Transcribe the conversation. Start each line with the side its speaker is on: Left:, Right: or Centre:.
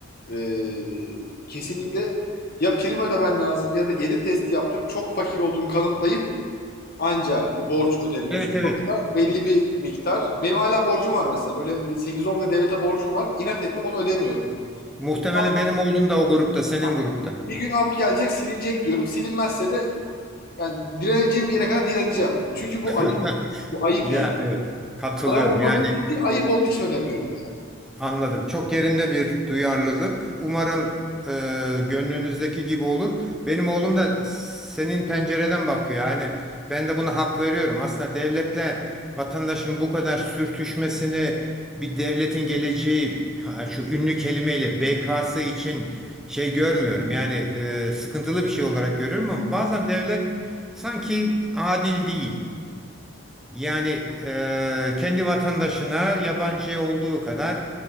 Left: e, kesinlikle ya prim ödemen lazım ya da gelir testi yaptırıp çok fakir olduğunu kanıtlayıp anca borç ödemiyorsun.
Centre: Evet evet.
Left: Yoksa belli bir miktar. Benim hala borcum var mesela. Böyle bir 8-10 lira devlete borcum var. İnat ettim onu ödemiyorum.
Centre: Muhtemelen
Left: Bir
Centre: benim oğlum da o grupta, senin
Left: Ha,
Centre: grupta.
Left: Bir gün af gelecek, silinecek diyorum. Silinmezse de yani direneceğim yere kadar direneceğim. Ha, Çünkü bu
Centre: <laughs>
Left: ayıp. Bu ayıp
Centre: Ya
Left: yani.
Centre: evet. Katılıyorum.
Left: Param olmadığı
Centre: Yani
Left: için değil, ayıp olduğu için ödemiyorum yani.
Centre: Anladım. Çok yerinde bir duyarlılık. Umarım e, gönlünüzdeki gibi olur. Benim oğlum da senin pencereden bakıyor. Yani ben de buna hak veriyorum. Aslında devletle vatandaşın bu kadar sürtüşmesini bir devletin geleceği ha, şu ünlü kelimeyle BK'sı için şey görmüyorum. Yani e, sıkıntılı bir şey olarak görüyorum ama bazen devlet sanki adil değil. Yani e, kendi vatandaşına yabancıya olduğu kadar